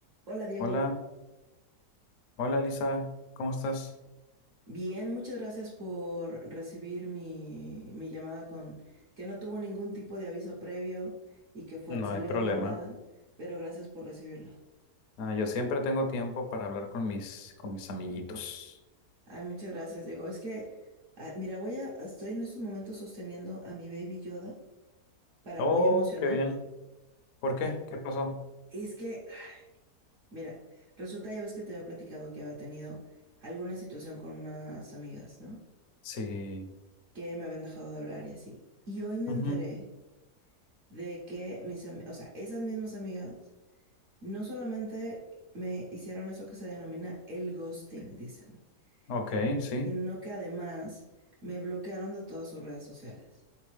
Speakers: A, on the right; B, on the left.
A: Hola Diego,
B: Hola, hola Lisa, ¿cómo estás?
A: bien, muchas gracias por recibir mi, mi llamada con que no tuvo ningún tipo de aviso previo y que fue,
B: No
A: salió
B: hay problema.
A: de la nada, pero gracias por recibirla.
B: Ah, yo siempre tengo tiempo para hablar con mis, con mis amiguitos.
A: Ay, muchas gracias Diego. Es que, ah, mira, voy a, estoy en estos momentos sosteniendo a mi baby Yoda para
B: Oh,
A: apoyo emocional.
B: qué bien. ¿Por qué?
A: Eh,
B: ¿Qué pasó?
A: Es que, ah, mira, resulta ya ves que te había platicado que había tenido alguna situación con unas amigas, ¿no?
B: Sí.
A: Que me habían dejado de hablar y así. Y hoy me
B: Ujú.
A: enteré. de que mis, ami- o sea, esas mismas amigas no solamente me hicieron eso que se denomina el ghosting, dicen,
B: Ok,
A: sí,
B: sí.
A: sino que además me bloquearon de todas sus redes sociales.